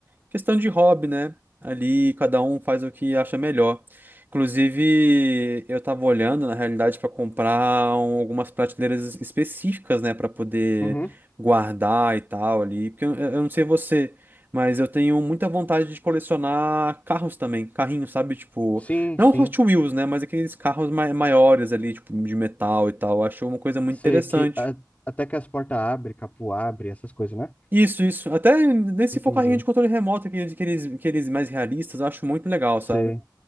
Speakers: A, on the right (about 25°); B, on the left (about 20°).
A: questão de hobby, né? Ali cada um faz o que acha melhor. Inclusive, eu tava olhando, na realidade, para comprar um- algumas prateleiras específicas, né, para poder
B: uhum.
A: guardar e tal ali, porque eu, eu não sei você, mas eu tenho muita vontade de colecionar carros também, carrinhos, sabe? Tipo,
B: Sim,
A: não
B: sim.
A: Hot Wheels, né, mas aqueles carros mai- maiores ali, tipo, de metal e tal. Eu acho uma coisa muito
B: Sei
A: interessante.
B: que a- até que as portas abrem, capô abre, essas coisas, né?
A: Isso, isso. Até nesse
B: Entendi.
A: for carrinho de controle remoto, aqueles, aqueles, aqueles mais realistas, eu acho muito legal,
B: Sei.
A: sabe?